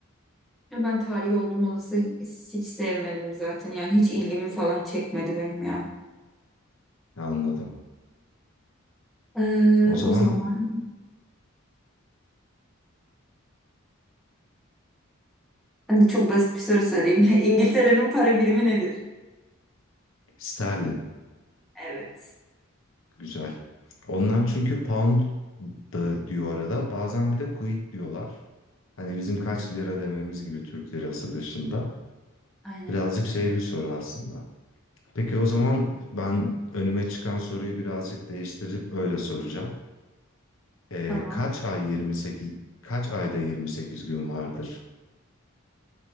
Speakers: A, in the centre; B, on the left.
A: Ya ben tarih olduğum olası hiç sevmedim zaten. Yani hiç ilgimi falan çekmedi benim ya.
B: Anladım.
A: Eee,
B: O zaman
A: o zaman Hani çok basit bir soru sorayım. <laughs> İngiltere'nin para birimi nedir?
B: sterlin.
A: Evet.
B: Güzel. Onlar çünkü pound da diyor arada. Bazen bir de quid diyorlar. Hani bizim kaç
A: Hı,
B: lira dememiz gibi Türk lirası dışında.
A: aynen.
B: Birazcık şey bir soru aslında. Peki o zaman ben önüme çıkan soruyu birazcık değiştirip öyle soracağım. Ee,
A: Tamam.
B: kaç ay 28 kaç ayda 28 gün vardır?